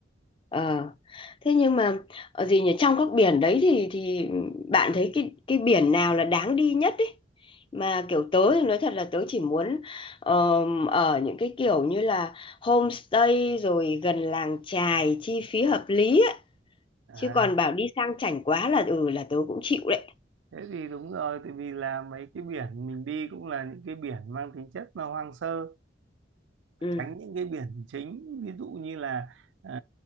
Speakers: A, on the left (about 25°); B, on the right (about 80°).
A: Ờ. Thế nhưng mà ờ, gì nhỉ trong các biển đấy thì thì bạn thấy cái cái biển nào là đáng đi nhất ấy mà kiểu tớ thì nói thật là tớ chỉ muốn ờm, ở những cái kiểu như là homestay rồi gần làng chài chi phí hợp lý ấy.
B: à,
A: Chứ còn bảo đi sang chảnh quá là ừ là tớ cũng chịu đấy
B: thế thì đúng rồi tại vì là mấy cái biển mình đi cũng là những cái biển mang tính chất là hoang sơ
A: ừ
B: tránh những cái biển chính ví dụ như là ờ,